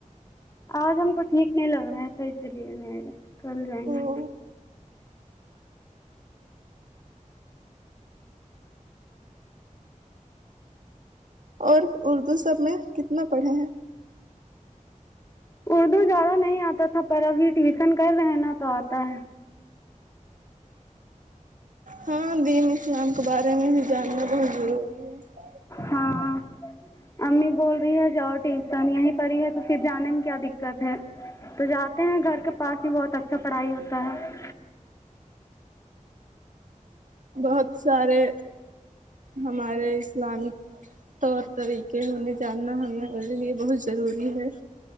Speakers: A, on the left (about 25°); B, on the right (about 70°).
A: آج ہم کو ٹھیک نہیں لگ رہا تھا اسی لیے میں کل جائیں
B: او
A: گے
B: اور اردو سب میں کتنا پڑھے ہیں
A: اردو زیادہ نہیں آتا تھا پر ابھی ٹیوشن کر رہے ہیں نہ تو آتا ہے
B: ہاں دین اسلام کے بارے میں بھی جاننا بہت ضروری ہے
A: ہاں امی بول رہی ہے جاؤ ٹیوشن یہی پڑھی ہی ہے تو پھر جانے میں کیا دقت ہے تو جاتے ہیں گھر کے پاس ہی بہت اچھا پڑھائی ہوتا ہے
B: بہت سارے ہمارے اسلامک طور طریقے ہویں جاننا ہمیںے لیے بہت ضروری ہے